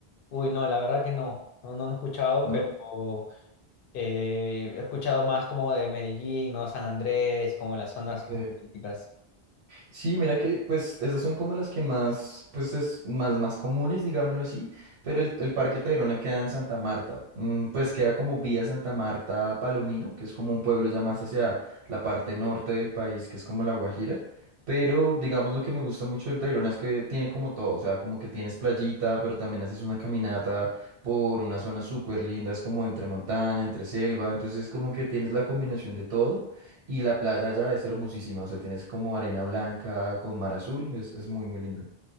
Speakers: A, on the left; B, on the right.
A: Uy, no, la verdad que no, no, no, no he escuchado,
B: ¿No?
A: pero... Eh, he escuchado más como de Medellín, ¿no? San Andrés, como las zonas
B: Ok.
A: más turísticas.
B: Sí, mira que pues esas son como las que más, pues es más, más comunes, digámoslo así, pero el, el Parque Tayrona queda en Santa Marta, Mm, pues queda como vía Santa Marta a Palomino, que es como un pueblo ya más hacia la parte norte del país, que es como La Guajira, pero digamos lo que me gusta mucho del Tayrona es que tiene como todo, o sea, como que tienes playita, pero también haces una caminata por una zona súper linda, es como entre montaña, entre selva, entonces como que tienes la combinación de todo. Y la playa allá es hermosísima, o sea, tienes como arena blanca con mar azul, es, es muy, muy lindo.